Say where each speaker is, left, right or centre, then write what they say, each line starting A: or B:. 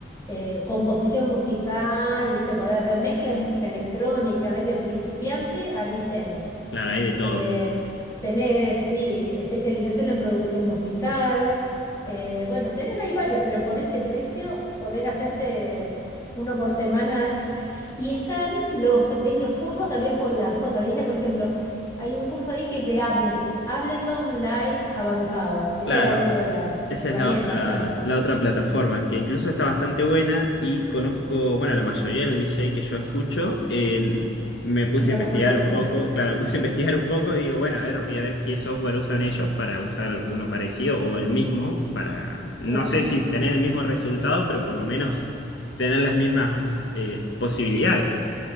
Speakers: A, on the left; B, on the left.
A: eh, composición musical, viste, podés hacer mezcla de música electrónica, ves de principiante a DJ.
B: claro, hay de todo.
A: Eh, tenés, sí, especialización en producción musical. Eh, bueno, tenés ahí varios, pero por ese precio podés hacerte uno por semana. <laughs> Y están los, ves los cursos también por las cosas. Dice, por ejemplo, hay un curso ahí que es de Ablet- Ableton Live avanzado. Esa
B: Claro,
A: era una de las
B: Esa
A: herramientas,
B: es la otra,
A: claro.
B: la otra plataforma, que incluso está bastante buena y conozco, bueno, la mayoría de los DJ que yo escucho, el- me puse
A: Trabajan
B: a investigar
A: con
B: un
A: eso.
B: poco, claro, me puse a <laughs> investigar un poco y digo, bueno, a ver, voy a ver qué software usan ellos para usar uno parecido o el mismo, para, no
A: Claro,
B: sé si tener el mismo resultado, pero por lo menos tener las mismas eh, posibilidades.